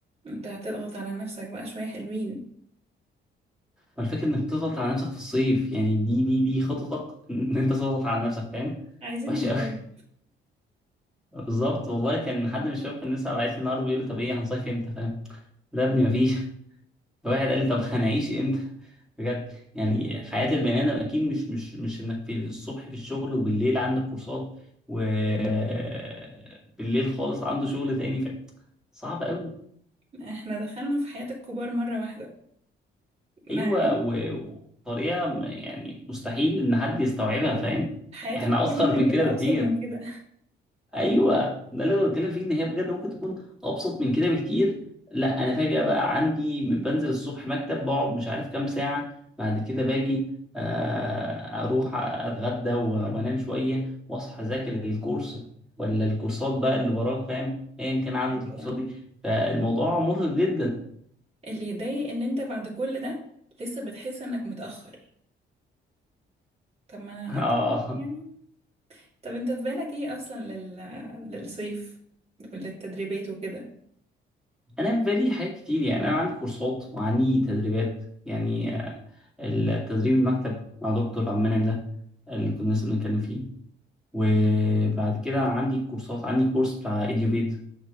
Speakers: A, on the right (about 30°); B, in the centre.
A: انت هتضغط على نفسك بقى شوية حلوين
B: فالفكرة إنك تضغط على نفسك في الصيف يعني دي دي دي خططك إن أنت تضغط على نفسك فاهم
A: عايزين
B: وحشة
A: نصيف
B: أوي <laughs> بالظبط والله كان حد من الشباب كان لسه باعت لي النهارده بيقول لي طب إيه هنصيف إمتى فاهم لا يا ابني مفيش <laughs> فواحد قال لي طب هنعيش امتى بجد يعني حياة البني آدم أكيد مش مش مش إنك في الصبح في الشغل وبالليل عندك كورسات وبالليل خالص عنده شغل تاني ف صعب أوي
A: احنا دخلنا في حياة الكبار مرة واحدة
B: أيوه
A: مع إن
B: و- وطريقة م- يعني مستحيل إن حد يستوعبها فاهم
A: حياة
B: إحنا
A: الكبار
B: أصغر
A: ممكن
B: من
A: تبقى
B: كده بكتير
A: أبسط من كده
B: ايوه ده اللي انا بتكلم فيه ان هي بجد ممكن تكون ابسط من كده بكتير لا انا فجاه بقى عندي بنزل الصبح مكتب بقعد مش عارف كام ساعه بعد كده باجي آه، اروح اتغدى و- وانام شويه واصحى اذاكر الكورس ولا الكورسات بقى اللي وراك فاهم ايا كان عدد
A: ايوه
B: الكورسات دي فالموضوع مرهق جدا
A: اللي يضايق ان انت بعد كل ده لسه بتحس انك متأخر طب ما
B: <laughs>
A: انا
B: اه
A: اقطع نفسي يعني طب انت في بالك ايه اصلا لل... للصيف للتدريبات وكده
B: انا في بالي حاجات كتير يعني انا عندي كورسات وعندي تدريبات يعني آه، التدريب المكتب مع دكتور عبد المنعم ده اللي كنا لسه بنتكلم فيه وبعد كده عندي كورسات عندي كورس بتاع اديوبيت